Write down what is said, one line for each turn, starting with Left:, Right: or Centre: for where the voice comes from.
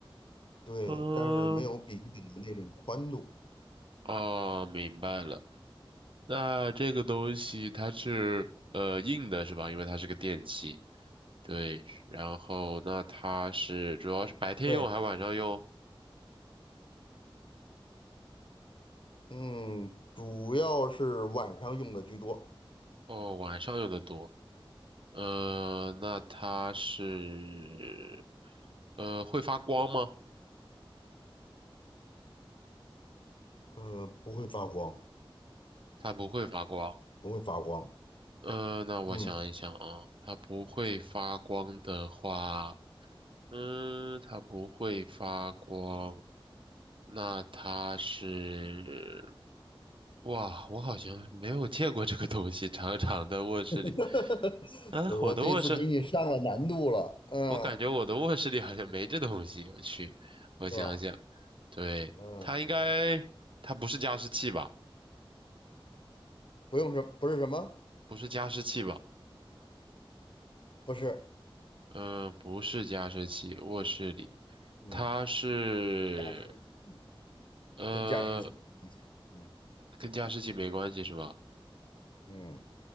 Left: 对，
Right: 嗯，
Left: 但是没有笔记本的那种宽度。
Right: 哦，明白了。那这个东西它是呃硬的是吧？因为它是个电器。对，然后那它是主要是白天用还是晚上用？
Left: 对。嗯，主要是晚上用的居多，
Right: 哦，晚上用的多。呃，那它是呃会发光吗？
Left: 呃，不会发光，
Right: 它不会发光。
Left: 不会发光。
Right: 呃，那我想一想啊，
Left: 嗯，
Right: 它不会发光的话。嗯，它不会发光，那它是，哇，我好像没有见过这个东西，长长的卧室里，
Left: <laughs>
Right: 啊，
Left: 我这次给你上了难度了，
Right: 我的卧室，
Left: 嗯，
Right: 我感觉我的卧室里好像没这东西，我去，我想想，
Left: 是吧？
Right: 对，
Left: 嗯，
Right: 它应该，它不是加湿器吧？
Left: 不用什，不是什么，
Right: 不是加湿器吧？
Left: 不是，
Right: 嗯，不是加湿器，卧室里，
Left: 嗯，
Right: 它是，
Left: 加湿器
Right: 呃，
Left: 跟加湿器有关系，嗯
Right: 跟加湿器没关系是吧？
Left: 嗯，